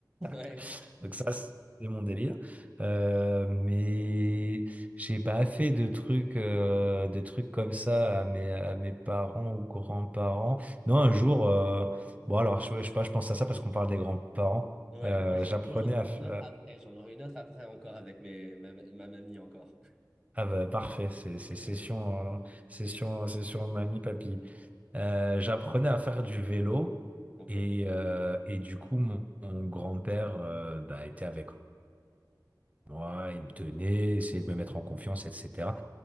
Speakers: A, in the centre; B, on the right.
A: ouais.
B: <laughs> Donc ça, c'est mon délire. Euh, mais j'ai pas fait de trucs, euh, de trucs comme ça à mes, à mes parents ou grands-parents. Non, un jour, euh, bon alors, je, je sais pas, je pense à ça parce qu'on parle des grands-parents.
A: Ouais,
B: Euh,
A: bah justement,
B: j'apprenais
A: j'en aurai
B: à, f-
A: une autre après. J'en aurai une autre après encore avec mes, ma, ma mamie encore. <laughs>
B: Ah bah parfait, c'est c'est
A: Écoute.
B: session, euh, session, session mamie, papy. Euh, j'apprenais à faire du vélo
A: Ok.
B: et, euh, et du coup mon, mon grand-père euh, bah, était avec moi, il me tenait, essayait de me mettre en confiance, etc.